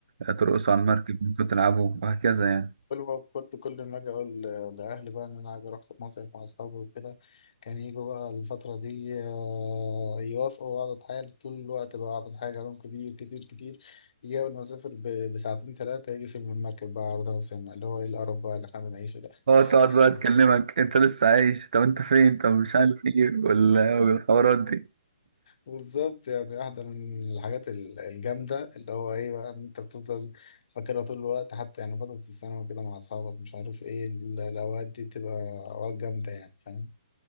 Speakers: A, on the right (about 65°); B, on the left (about 50°).
A: آه، ترقصوا على المركب ممكن تلعبوا وهكذا يعني
B: كل ما كنت كل ما اجي اقول ل- لاهلي بقى ان انا عايز اروح مصيف مع اصحابي وكده كان يجوا بقى الفتره دي آه، يوافقوا واقعد اتحايل طول الوقت بقى اقعد اتحايل عليهم كتير كتير كتير يجي اول ما اسافر ب- بساعتين ثلاثه يجي فيلم المركب بقى عرضها على السينما اللي هو ايه القرف بقى اللي احنا بنعيشه ده
A: اه تقعد بقى
B: <laughs>
A: تكلمك انت لسه عايش طب انت فين طب مش عارف ايه وال- والحوارات دي
B: بالظبط يعني واحده من الحاجات ال- الجامده اللي هو ايه بقى ان انت بتفضل فاكرها طول الوقت حتى يعني فتره الثانوي كده مع اصحابك مش عارف ايه ال- الاوقات دي بتبقى اوقات جامده يعني فاهم